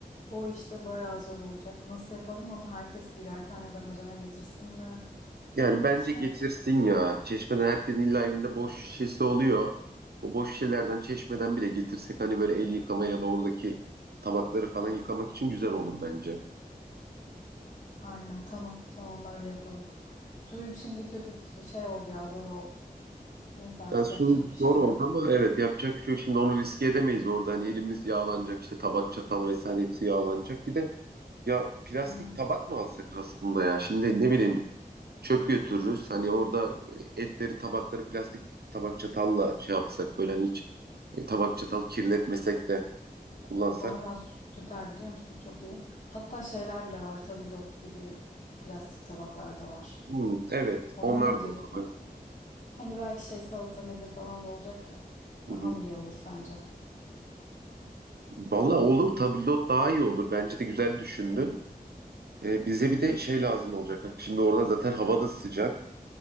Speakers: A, on the left; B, on the right.
A: O işte bayağı zor olacak. Nasıl yapalım onu herkes birer tane damacana getirsin mi?
B: Yani
A: Yoksa
B: bence getirsin ya. Çeşmeden herkesin illa evinde boş şişesi oluyor. O boş şişelerden çeşmeden bile getirsek hani böyle el yıkama ya da oradaki tabakları falan yıkamak için güzel olur bence.
A: Aynen tamam tamam öyle yapalım. Suyuk şimdi kötü şey oldu ya zor oldu. Neyse artık
B: Ya su
A: yapacak bir şey
B: zor oldu
A: yok.
B: ama evet yapacak bir şey yok. Şimdi onu riske edemeyiz orada. Hani elimiz yağlanacak işte tabak çatal vesaire hepsi yağlanacak. Bir de ya plastik
A: Ha,
B: tabak mı alsak aslında ya? Şimdi ne bileyim çöp götürürüz. Hani orada e, etleri tabakları plastik tabak çatalla şey yapsak böyle hani hiç e, tabak çatal kirletmesek de kullansak.
A: vallahi süper biliyor musun çok iyi. Hatta şeyler bile var tabldot gibi plastik tabaklar da var.
B: Hmm, evet
A: Ona
B: onlar
A: ne diyorsun?
B: da olur. Bak.
A: Hani belki şey salata meze falan da olacak ya.
B: Hı
A: Daha
B: hı.
A: mı iyi olur sence?
B: Vallahi olur tabldot daha iyi olur. Bence de güzel düşündün. E, bize bir de şey lazım olacak. Şimdi orada zaten hava da sıcak.